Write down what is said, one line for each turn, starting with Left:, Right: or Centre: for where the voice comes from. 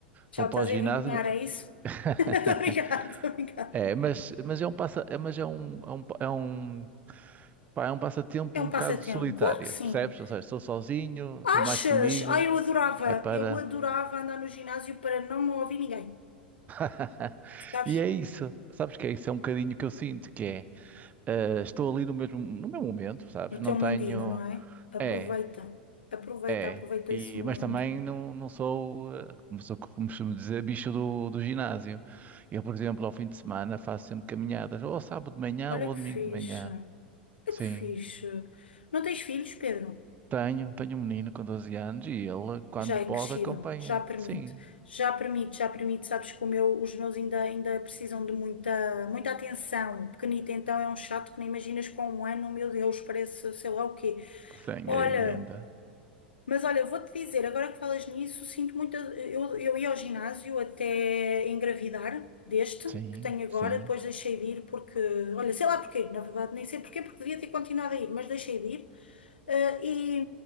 Right: Vou
Left: já me
Right: para
Left: estás
Right: o ginásio.
Left: a envergonhar, é isso?
Right: <laughs>
Left: <laughs> Estou a brincar, estou a brincar.
Right: É, mas, mas é um passa, é, mas é um, é um, é um, pá, é um passatempo
Left: É um
Right: um
Left: passatempo,
Right: bocado solitário,
Left: claro que sim.
Right: percebes? Ou seja, estou sozinho,
Left: Achas?
Right: estou mais comigo.
Left: Ah, eu adorava,
Right: É para.
Left: eu adorava andar no ginásio para não me ouvir ninguém,
Right: <laughs>
Left: sabes?
Right: E é isso. Sabes que é isso? É um bocadinho que eu sinto que é. Eh, estou ali no mesmo, no meu momento, sabes?
Left: No
Right: Não
Left: teu
Right: tenho.
Left: mundinho, não é? Aproveita,
Right: É,
Left: aproveita,
Right: é.
Left: aproveita
Right: E,
Left: esse momento.
Right: mas também não, não sou, eh, como sou, como costumo dizer, bicho do, do ginásio. Eu, por exemplo, ao fim de semana faço sempre caminhadas, ou ao sábado de manhã
Left: Olha
Right: ou ao
Left: que
Right: domingo
Left: fixe.
Right: de manhã.
Left: Que
Right: Sim.
Left: fixe. Não tens filhos, Pedro?
Right: Tenho, tenho um menino com 12 anos e ele, quando
Left: Já
Right: pode,
Left: é crescido,
Right: acompanha.
Left: já permite.
Right: Sim,
Left: Já permite, já permite. Sabes que o meu- os meus ainda, ainda precisam de muita, muita atenção. O pequenito então é um chato que nem imaginas com um ano, meu Deus, parece sei lá o quê.
Right: tenho
Left: Olha.
Right: aí ainda.
Left: Mas olha, vou-te dizer, agora que falas nisso, sinto muita. Eu, eu ia ao ginásio até engravidar deste
Right: Sim,
Left: que tenho agora,
Right: sim.
Left: depois deixei de ir porque. Olha, sei lá porquê, na verdade, nem sei porquê, porque devia ter continuado a ir, mas deixei de ir. Ah, e,